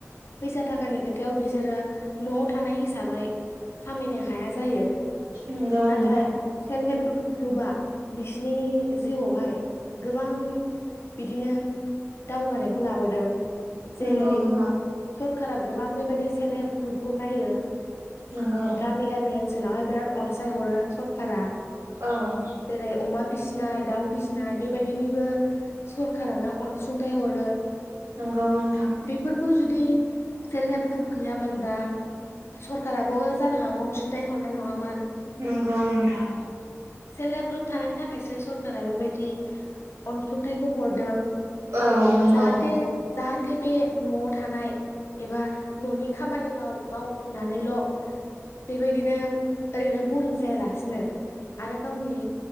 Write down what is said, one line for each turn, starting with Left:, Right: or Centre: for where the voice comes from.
Left: फैसा थाखानि खोथायाव बिसोरो न'आव थानाय हिसाबै खामायनो हाया जायो।
Right: नंगौ
Left: नाथाय
Right: नोंथां
Left: सेल्फ हेल्प ग्रुपआ बिसिनि जिउआवहाय गोबां बिदिनो दावगानायखौ लाबोदों। जेरै
Right: नंगौ नोंथां
Left: सरखारा गोबां बेबायदि सेल्फ हेल्प ग्रुपखौ नायो।
Right: नंगौ
Left: गामि गामि ओनसोलावहाय बिराद अनसायहरो सरखारा
Right: औ
Left: जेरै अमा फिसिनाय दाउ फिसिनाय बेबायदिनिबो सरखारानो अनसुंथाइ हरो।
Right: नोंगौ नोंथां।
Left: बेफोरखौ जुदि सेल्फ हेल्प ग्रुप गैयामोनबा सरखाराबो जानो हागौ अनसुंथाय हरनाय नङामोन।
Right: नंगौ नोंथां।
Left: सेल्प हेल्प ग्रुप थानायनि थाखायसो सर खारा बेबायदि अनसुंथाइखौ हरदों
Right: औ नंगौ
Left: जाहाते जाहाते बे न'आव थानाय एबा न'नि खामानि माव-मावनानैल' बेबायदिनो ओरैनो बरिं जायालासिनो आरो गावनि